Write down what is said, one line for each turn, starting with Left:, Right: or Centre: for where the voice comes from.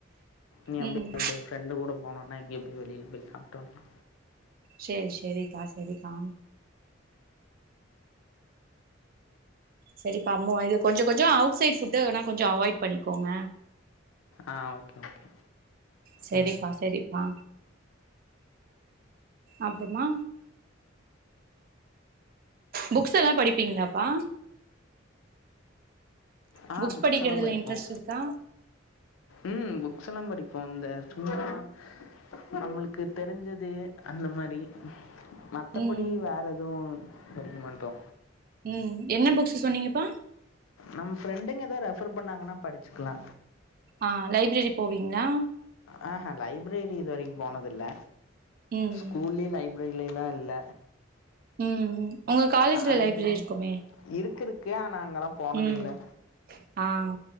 Left: நீ அப்டி
Right: ம்
Left: அப்டிய ஃப்ரெண்டு கூட போனோனா எங்கியோ போய் வெளில போய் சாப்டோன்னா
Right: சேரி செரிப்பா செரிப்பா செரிப்பா அம்மு இது கொஞ்சோ கொஞ்சோ அவுட் சைட் ஃபுட்டு வேனா கொஞ்சோ அவாய்ட் பண்ணிக்கோங்க
Left: ஆ ஓகே ஓகே
Right: செரிப்பா
Left: ம்
Right: செரிப்பா அப்றமா புக்ஸ் எல்லா படிப்பீங்ளாப்பா
Left: ஆ
Right: புக்ஸ் படிக்றதுல
Left: எல்லாம் படிப்போம்
Right: இன்ட்ரஸ்ட் இருக்கா
Left: ம் புக்ஸ் எல்லா படிப்போ இந்த <inaudible> நம்மளுக்கு தெரிஞ்சது அந்த மாரி மத்தபடி
Right: ம்
Left: வேற எதூ படிக்கமாட்டோ
Right: ம் என்ன புக்ஸு சொன்னீங்கப்பா
Left: நம் ஃப்ரெண்டுங்க ஏதோ ரெஃபர் பண்ணாங்கன்னா படிச்சுக்லா
Right: ஆ லைப்ரரி போவீங்ளா
Left: ஹ ஹா லைப்பெரி இதுவரைக்கும் போனதில்ல
Right: ம்
Left: ஸ்கூலில் லைப்ரரிலா இல்ல
Right: உம் உம் உங்க காலேஜ்ல
Left: காலேஜில்
Right: லைப்ரரி இருக்குமே
Left: இருக்கு இருக்கு ஆனால் அங்கெல்லாம் போனதில்லை
Right: ம் ஆஹ